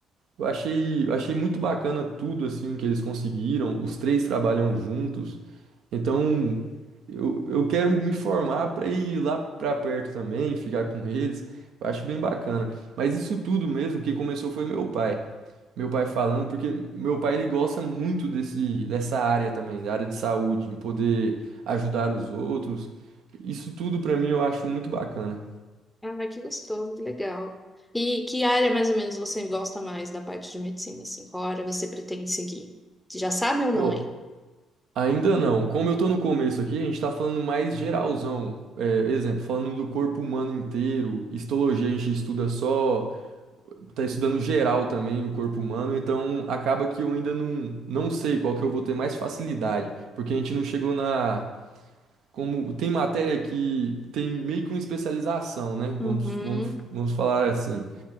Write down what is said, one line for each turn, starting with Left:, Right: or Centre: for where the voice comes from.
Right: Eu achei, eu achei muito bacana tudo assim que eles conseguiram. Os três trabalham juntos. Então, eu, eu quero me formar para ir lá para perto também, ficar com eles. Eu acho bem bacana. Mas isso tudo mesmo, quem começou foi meu pai. Meu pai falando, porque meu pai ele gosta muito desse, dessa área também, da área de saúde, em poder ajudar os outros. Isso tudo para mim eu acho muito bacana.
Centre: Ah, que gostoso, que legal. E que área mais ou menos você gosta mais da parte de medicina, assim? Qual área você pretende seguir? Você já sabe ou não
Right: Ô,
Centre: aí?
Right: Ainda não. Como eu tô no começo aqui, a gente tá falando mais geralzão. É, exemplo, falando do corpo humano inteiro. Histologia a gente estuda só, tá estudando geral também o corpo humano, então acaba que eu ainda não, não sei qual que eu vou ter mais facilidade, porque a gente não chegou na. Como tem matéria que tem meio que uma especialização, né? Vamos,
Centre: Uhum.
Right: vamos, vamos falar assim.